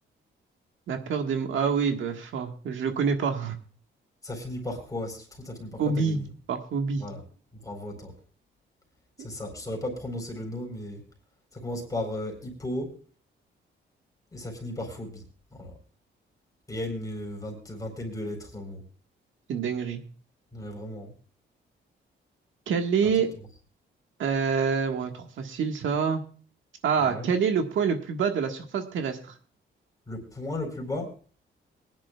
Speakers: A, on the right; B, on the left.
A: La peur des mots. Ah oui, bah, pff, je le connais pas.
B: Ça finit par quoi? Si tu trouves,
A: <laughs>
B: ça finit par
A: Phobie.
B: quoi? T'as gagné.
A: Par phobie.
B: Voilà. Bravo à toi. C'est
A: C'est
B: ça. Je saurais pas te prononcer le nom, mais ça commence par euh, hippo et ça finit par phobie. Voilà. Et il y a une euh, vingt- vingtaine de lettres dans le mot.
A: une dinguerie.
B: Ouais, vraiment.
A: Quel est...
B: À ton tour.
A: euh, Ouais, trop facile, ça. Ah,
B: Ouais.
A: quel est le point le plus bas de la surface terrestre?
B: Le point le plus bas,